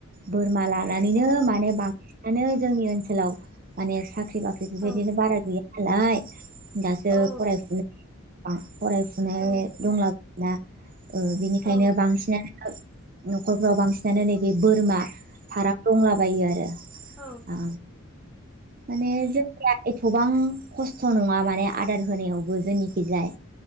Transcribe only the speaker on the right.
बोरमा लानानैनो
माने बांसिन नानो जोंनि ओनसोलाव माने साख्रि बाख्रि बेबायदिनो
बारा गैया नालाय। दासो
फरायफुनाय <inaudible> फरायफुनाय
दंला <inaudible> ना ओ बिनिखायनो
बांसिनानो न'खरफ्राव बांसिनानो नैबे बोरमा फाराम दंलाबायो आरो।
ओ माने जोंनिया एथ'बां खस्थ' नङा माने आदार होनायावबो जोंनिखिजाय।